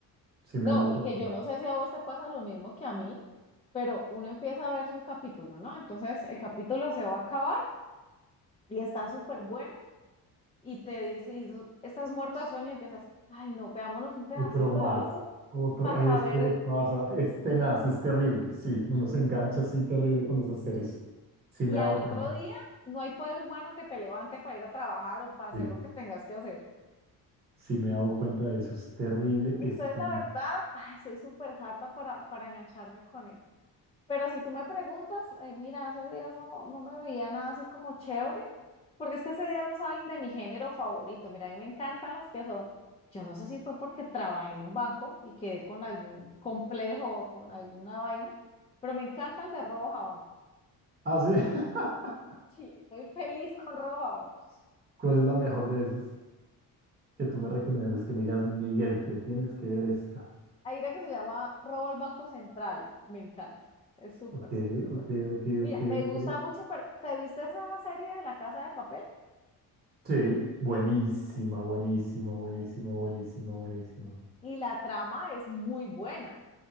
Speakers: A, on the right; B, on the left.
A: Sí me
B: No,
A: he dado
B: y
A: cuenta.
B: que yo no sé si a vos te pasa lo mismo que a mí, pero uno empieza a verse un capítulo, ¿no? Entonces el capítulo se va a acabar y está súper bueno y te dice, y tú estás muerto de sueño y empiezas, ay no, veámonos un pedacito
A: Otro más.
B: del otro
A: Otro,
B: para
A: a
B: saber,
A: esto le pasa.
B: esa".
A: Es tenaz, es terrible. Sí, uno se engancha así terrible con esas series. Sí
B: y
A: me
B: al
A: he dado
B: otro
A: cuenta.
B: día no hay poder humano que te levante para ir a trabajar o para hacer
A: Sí,
B: lo que tengas que hacer.
A: sí me he dado cuenta de eso. Es terrible, es
B: Entonces
A: tenaz.
B: la verdad, ay, soy súper harta para, para engancharme con eso. Pero si tú me preguntas, eh, mira, hace días no, no me veía nada así como chévere, porque es que ese día no saben de mi género favorito. Mira, a mí me encantan las que son, yo no sé si fue porque trabajé en un banco y quedé con algún complejo o con alguna vaina, pero me encantan de robos a bancos.
A: Ah, sí. <laughs>
B: Sí, soy feliz con robos a bancos.
A: ¿Cuál es la mejor de esas? que tú me recomiendes que me digas, Miguel, te tienes que ver esta.
B: Hay una que se llama Robo al Banco Central, me encanta. Es súper,
A: Ok,
B: súper bueno.
A: ok, ok,
B: Mira,
A: ok,
B: me
A: ok.
B: gusta mucho, pero ¿te viste esa serie de La Casa de Papel?
A: Sí, buenísima, buenísima, buenísima, buenísima, buenísima.
B: Y la trama es muy buena.